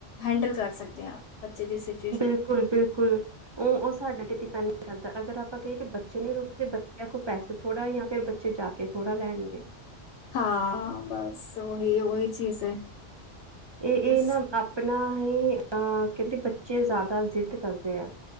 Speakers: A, on the left (about 80°); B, on the right (about 40°).
A: ਹੈਂਡਲ ਕਰ ਸਕਦੇ ਆ, ਬੱਚੇ ਦੀ ਸਿੱ
B: ਬਿਲਕੁਲ-ਬਿਲਕੁਲ, ਉਹ-ਉਹ ਸਾਡੇ ਤੇ ਡਿਪੈਂਡ ਕਰਦਾ, ਅਗਰ ਆਪਾਂ ਕਹੀਏ, ਕਿ ਬੱਚੇ ਨੀ ਰੁਕਦੇ ਬੱ ਚਿਆ, ਕੋ ਪੈਸੇ ਥੋੜ੍ਹਾ ਜਾਂ ਫਿਰ ਬੱਚੇ ਜਾ ਕੇ ਥੋੜਾ ਲੈਣਗੇ। <inaudible>
A: ਹਾਂ, ਬਸ ਉਹੀ-ਉਹੀ ਚੀਜ਼ ਹੈ।
B: ਇਹ-ਇਹ
A: ਬਸ
B: ਨਾ ਆਪਣਾ ਹੀ, ਅ ਕਹਿੰਦੇ ਬੱਚੇ ਜ਼ਿਆਦਾ ਜ਼ਿੱਦ ਕਰਦੇ ਆ।